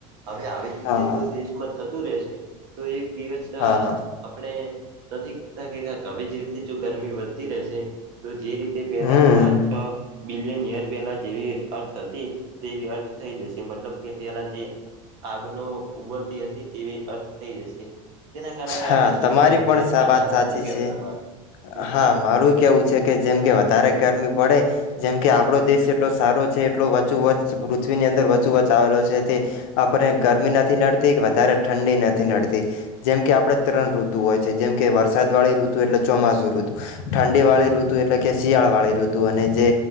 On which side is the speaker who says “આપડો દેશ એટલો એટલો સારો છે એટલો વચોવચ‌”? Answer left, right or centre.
Left